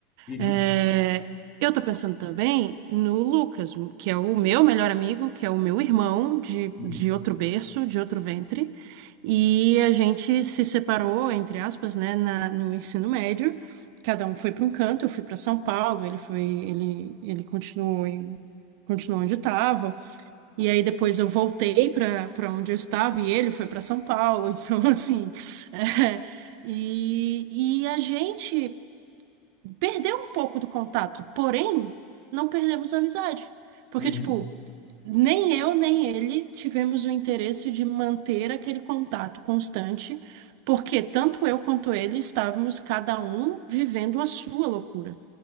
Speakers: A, on the left; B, on the right.
A: Uhum.
B: É, eu tô pensando também no Lucas, que é o meu melhor amigo, que é o meu irmão de,
A: Uhum.
B: de outro berço, de outro ventre. E a gente se separou, entre aspas, né, na- no ensino médio. Cada um foi para um canto, eu fui para São Paulo, ele foi, ele, ele continuou em- continuou onde estava. E aí depois eu voltei para para onde eu estava e ele foi para São Paulo. Então, <laughs> assim, é, e, e a gente perdeu um pouco do contato, porém, não perdemos a amizade. Porque,
A: Uhum.
B: tipo, nem eu, nem ele tivemos o interesse de manter aquele contato constante, porque tanto eu quanto ele estávamos cada um vivendo a sua loucura,